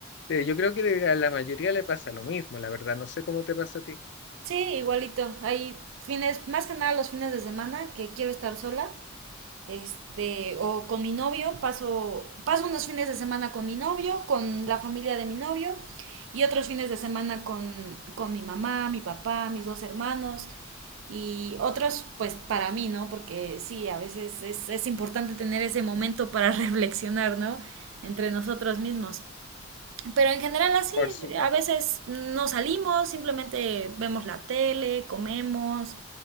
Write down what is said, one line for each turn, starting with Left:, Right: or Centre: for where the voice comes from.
Left: Eh, yo creo que a la mayoría le pasa lo mismo, la verdad. No sé cómo te pasa a ti.
Right: Sí, igualito. Hay fines, más que nada los fines de semana que quiero estar sola. Este, o con mi novio, paso, paso unos fines de semana con mi novio, con la familia de mi novio, y otros fines de semana con, con mi mamá, mi papá, mis dos hermanos, y otros pues para mí, ¿no? Porque sí, a veces es, es importante tener ese momento para <laughs> reflexionar, ¿no? Entre nosotros mismos. Pero en general así,
Left: Por supuesto.
Right: a veces no salimos, simplemente vemos la tele, comemos,